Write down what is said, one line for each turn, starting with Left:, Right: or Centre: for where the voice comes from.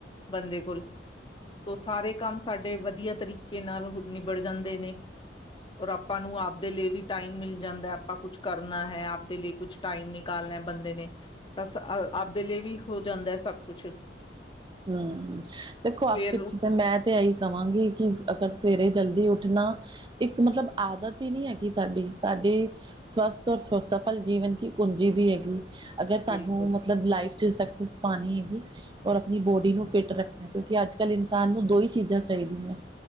Left: ਬੰਦੇ ਕੋਲ। ਤੌ ਸਾਰੇ ਕੰਮ ਸਾਡੇ ਵਧੀਆ ਤਰੀਕੇ ਨਾਲ ਨਿਬੜ ਜਾਂਦੇ ਨੇ। ਔਰ ਤਾਂਨੂੰ ਆਵਦੇ ਲਈ ਵੀ ਟਾਈਮ ਮਿਲ ਜਾਂਦਾ ਆਪਾਂ ਕੁਛ ਕਰਨਾ ਹੈ, ਆਪਦੇ ਲਈ ਕੁਛ ਟਾਈਮ ਨਿਕਾਲਣਾ ਬੰਦੇ ਨੇ। ਤਾ ਅ ਆਪ ਦੇ ਲਈ ਵੀ ਹੋ ਜਾਂਦਾ ਸਭ ਕੁਛ
Right: ਹੂੰ
Left: ਸਵੇਰ
Right: ਦੇਖੋ ਆਖਿਰ 'ਚ
Left: ਉੱਠ
Right: ਤੇ ਮੈਂ ਤੇ ਇਹੀ ਕਹਾਂਗੀ। ਕਿ ਅਗਰ ਸਵੇਰੇ ਜਲਦੀ ਉੱਠਣਾ ਇੱਕ ਮਤਲਬ ਆਦਤ ਈ ਨਈ ਹੈਗੀ ਸਾਡੀ-ਸਾਡੀ ਸਵਸਥ ਔਰ ਸਫਲ ਜੀਵਨ ਕੀ ਕੁੰਜੀ ਵੀ ਹੈਗੀ। ਅਗਰ ਸਾਨੂੰ
Left: ਬਿਲਕੁਲ
Right: ਮਤਲਬ ਲਾਈਫ 'ਚ ਸਕਸੈਸ ਪਾਣੀ ਹੈਗੀ। ਆਪਣੀ ਬੋਡੀ ਨੂੰ ਫਿੱਟ ਰੱਖਣਾ ਕਿਉਂਕਿ ਅੱਜ ਕੱਲ੍ਹ ਇਨਸਾਨ ਨੂੰ ਦੋ ਈ ਚੀਜ਼ਾਂ ਚਾਈਦੀਆਂ।